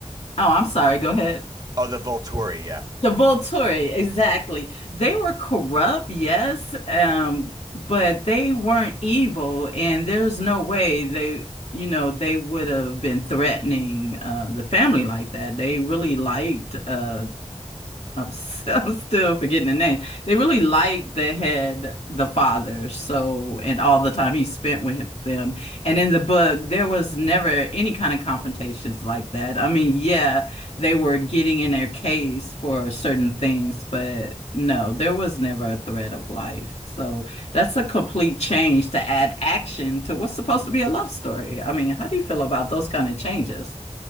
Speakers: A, on the left; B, on the right.
A: oh, I'm sorry, go ahead.
B: Oh, the Volturi, yeah.
A: The Volturi, exactly. They were corrupt, yes, um, but they weren't evil, and there's no way they, you know, they would have been threatening uh, the family like that. They really liked uh, I'm, s- <laughs> I'm still forgetting the name. They really liked the head, the father, so, and all the time he spent with them. And in the book, there was never any kind of confrontations like that. I mean, yeah, they were getting in their case for certain things, but no, there was never a threat of life. So that's a complete change to add action to what's supposed to be a love story. I mean, how do you feel about those kind of changes?